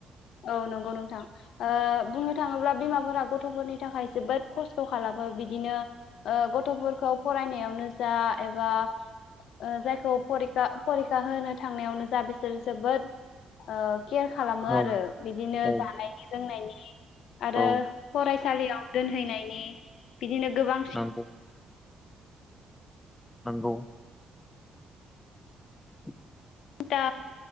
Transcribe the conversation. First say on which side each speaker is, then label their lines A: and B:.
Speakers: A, on the left (about 80°); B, on the left (about 15°).
A: औ नंगौ नोंथां। ओ बुंनो थाङोब्ला बिमाफोरा गथ'फोरनि थाखाय जोबोद खस्थ खालामो बिदिनो ओ गथफोरखौ फरायनायावनो जा एबा ओ जायखौ फरि खा फरिखा होनो थांनायावनो जा बिसोर जोबोद ओ केयार खालामो
B: औ
A: आरो। बिदिनो
B: औ
A: जानायनि लोंनायनि आरो
B: औ
A: फरायसालियाव दोनहैनायनि बिदिनो गोबांसि
B: नंगौ नंगौ। <inaudible>
A: सिन्था